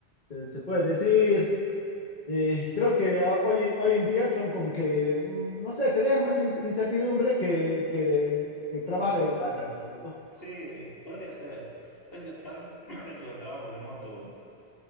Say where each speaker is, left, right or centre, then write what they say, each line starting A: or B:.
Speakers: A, on the left; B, on the left.
A: se, se puede decir. eh, creo que ah, hoy, hoy en día son como que, mm, no sé, te deja más in- incertidumbre que, que, que trabajar
B: Mm,
A: eh, más tranquilo.
B: sí, podría ser. Es que tal vez <clears throat> <coughs> eso del trabajo remoto